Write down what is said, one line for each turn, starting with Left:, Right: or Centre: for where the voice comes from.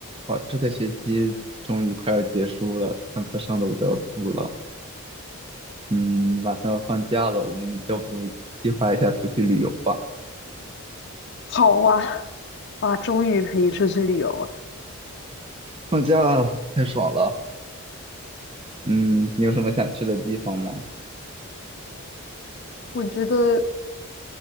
Right: 哇，这个学期终于快要结束了，上课上的我都要吐了。嗯，马上要放假了，我们要不计划一下出去旅游吧？
Left: 好啊，啊，终于可以出去旅游了。
Right: 放假太爽了。嗯，你有什么想去的地方吗？
Left: 我觉得，